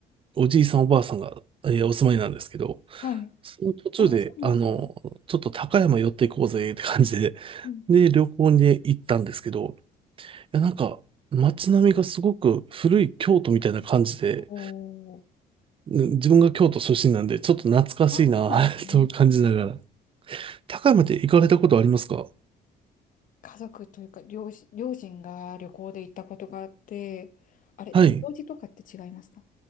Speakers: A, on the right (about 30°); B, on the left (about 50°).
A: おじいさんおばあさんが、えーお住まいなんですけど、
B: はい。
A: その途中で、
B: あそうなんですね。
A: あの、ちょっと高山寄っていこうぜって感じで、
B: うん。
A: で、旅行に行ったんですけど、いや、なんか、街並みがすごく古い京都みたいな感じで、
B: おー。
A: うん自分が京都出身なんで、ちょっと懐かしいな
B: ああ、そうなんですね。
A: <laughs> と感じながら高山って行かれたことありますか
B: 家族というか、両親、両親が旅行で行ったことがあって、あれ、
A: はい。
B: 木曽路とかって違いますか